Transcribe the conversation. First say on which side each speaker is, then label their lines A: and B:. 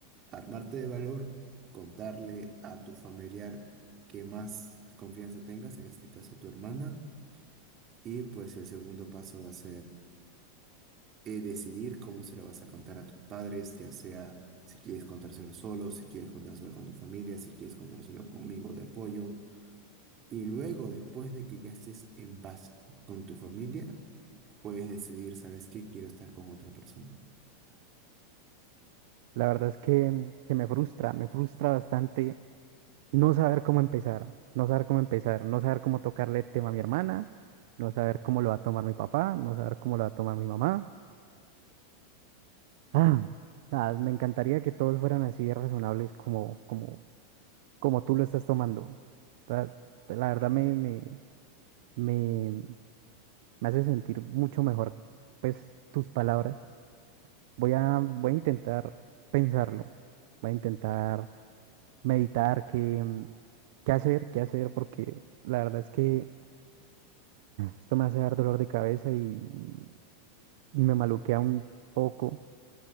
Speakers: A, on the right; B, on the right.
A: armarte de valor, contarle a tu familiar que más confianza tengas, en este caso tu hermana, y pues el segundo paso va a ser eh, decidir cómo se lo vas a contar a tus padres, ya sea si quieres contárselo solo, si quieres contárselo con tu familia, si quieres contárselo conmigo de apoyo. Y luego, después de que ya estés en paz con tu familia, puedes decidir, ¿sabes qué? Quiero estar con otra persona.
B: La verdad es que, que me frustra, me frustra bastante no saber cómo empezar, no saber cómo empezar, no saber cómo tocarle el tema a mi hermana, no saber cómo lo va a tomar mi papá, no saber cómo lo va a tomar mi mamá. Ah, nada, me encantaría que todos fueran así de razonables como, como, como tú lo estás tomando. La, la verdad me, me, me, me hace sentir mucho mejor, pues, tus palabras. Voy a, voy a intentar pensarlo. Voy a intentar meditar qué, mm, qué hacer, qué hacer, porque la verdad es que esto me hace dar dolor de cabeza y, y me maluquea un poco.